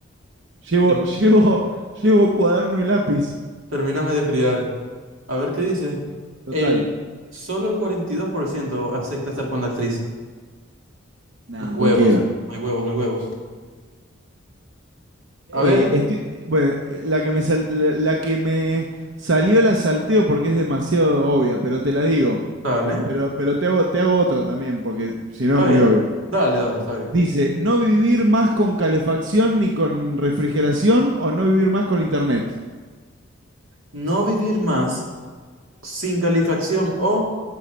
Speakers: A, on the right; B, on the right.
A: Llevo,
B: Term-
A: <laughs> llevo, llevo cuaderno y lápiz.
B: termíname de criar. A ver qué dice.
A: Total.
B: El, solo el 42% acepta estar con la actriz.
A: Nada,
B: No hay huevos,
A: cualquiera.
B: no hay huevos, no hay huevos.
A: Eh,
B: A ver,
A: estoy- eh, bueno, eh, la que me sal- la, la que me salió la salteo porque es demasiado obvia, pero te la digo.
B: dale,
A: Pero, pero te hago, te hago otra también, porque si no
B: está
A: es
B: bien.
A: muy obvio.
B: Dale, dale, está bien.
A: Dice, no vivir más con calefacción ni con refrigeración o no vivir más con internet.
B: No vivir más sin calefacción o,